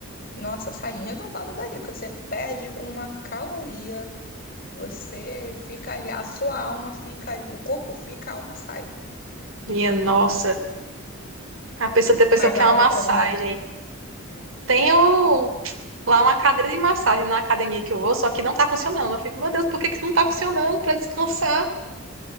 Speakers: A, on the left (about 40°); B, on the right (about 65°).
A: nossa, sai renovado dali, porque você perde uma caloria, você fica ali, a sua alma fica, ali, o corpo fica, a alma sai.
B: minha nossa. A pessoa tem pessoa
A: Mas
B: que
A: vale
B: quer uma massagem.
A: a pena.
B: Tem um- lá uma cadeira de massagem na academia que eu vou, só que não tá funcionando. Eu fico, meu Deus, por que que não tá funcionando? Pra descansar?